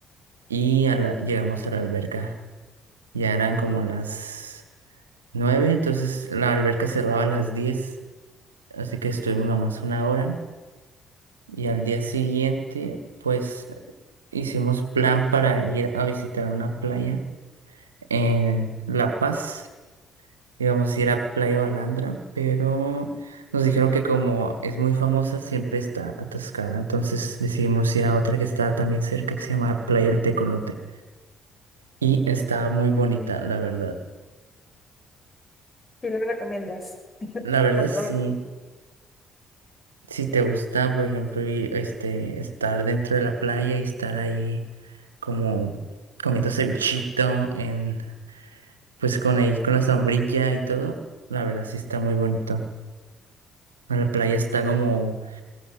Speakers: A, on the right; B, on the left.
A: y a la- llegamos a la alberca. Ya eran como las nueve, entonces la alberca cerraba a las diez, así que estuvimos nomás una hora. Y al día siguiente, pues hicimos plan para ir a visitar una playa en La Paz. Íbamos a ir a Playa Balandra, pero nos dijeron que como es muy famosa, siempre está atascada. Entonces decidimos ir a otra que estaba también cerca, que se llama Playa El Tecolote. Y estaba muy bonita, la verdad.
B: ¿Qué le recomiendas? <laughs>
A: La verdad
B: La playa.
A: sí. si te gusta, por ejemplo, y, este, estar dentro de la playa y estar ahí como comiendo cevichito, en, pues con ahí con la sombrilla y todo, la verdad sí está muy bonito. La playa está como